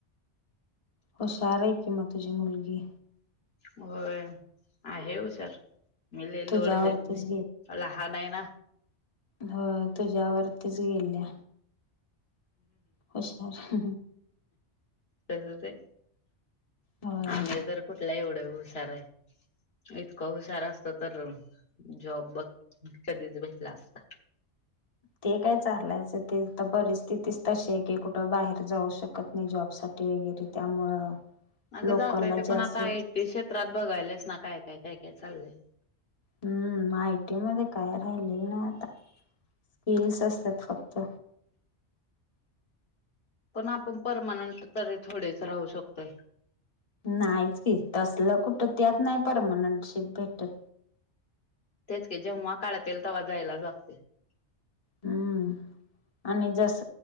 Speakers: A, on the left; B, on the left.
A: हुशाराय कि म तुझी मुलगी
B: होय आहे हुशार मी लय लोड
A: तुझ्यावरतीच
B: देत नाही लहानाय ना
A: हो तुझ्यावररतीच गेल्या. हुशार
B: तसंचय
A: होय
B: आम्ही तर कुठला एवढं हुशाराय इतकं हुशार असत तर जॉब बघ कधीच भेटला असता. <inaudible>
A: ते काय चाललायचं ते तर परिस्थितीच तशी आहे की कुठं बाहेर जाऊ शकत नाही जॉबसाठी साठी वगैरे त्यामुळं
B: अगं
A: लोकलला
B: जातयेत
A: जे
B: पण
A: असेल
B: आता आयटी क्षेत्रात बघायल्यास ना काय काय काय काय चाललंय.
A: हम्म आयटी मध्ये काय राहिलेल ना आता स्किल्स असतात फक्त
B: पण आपण परमानंट त थोडेच राहू शकतोय.
A: नाहीच की तसलं कुठं त्यात नाही परमनंट शिप भेटत.
B: तेच क जेव्हा काढतील तेव्हा जायला लागतय.
A: हम्म आणि जस